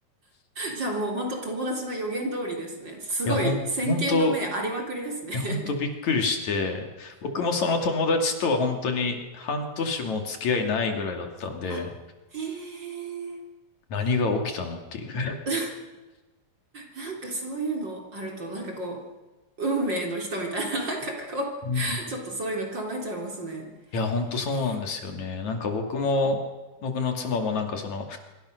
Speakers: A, on the right (about 35°); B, on the left (about 70°).
A: じゃあもう本当友達の予言通りですね。すごい、
B: いや、ほん、
A: 先見の明ありまくりですね。
B: 本当いや、
A: <laughs>
B: 本当びっくりして、僕もその友達とは本当に半年も付き合いないぐらいだったんで、
A: あ、へえ。
B: 何が起きたのっていう。
A: <laughs> なんかそういうのあると、なんかこう、運命の人みたいな、<laughs> なんかこう、
B: うん
A: ちょっとそういうの考えちゃいますね。
B: いや、本当そうなんですよね。
A: へ
B: なんか僕も、僕の妻もなんかその、